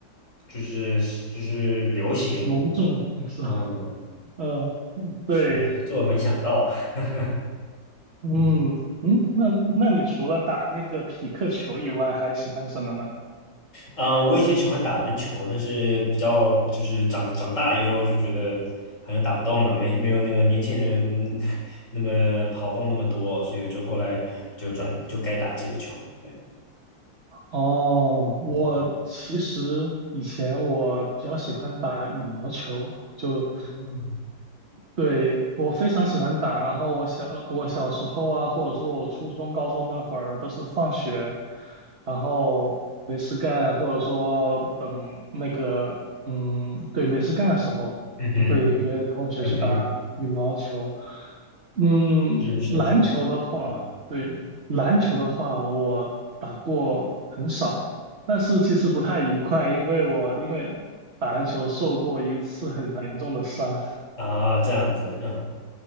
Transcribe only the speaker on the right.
隆重是吧？
嗯，对，
嗯嗯，
那那你除了打那个匹克球以外，还喜欢什么呢？
哦，
我其实以前我比较喜欢打羽毛球，就
对，我非常喜欢打，然后我小我小时候啊，或者说我初中、高中那会儿，都是放学，然后没事干，或者说等那个，嗯，对，没事干的时候，
就会约同学去打羽毛球。
嗯，
篮球的话，
对，篮球的话，我打过很少，但是其实不太愉快，因为我因为打篮球受过一次很严重的伤。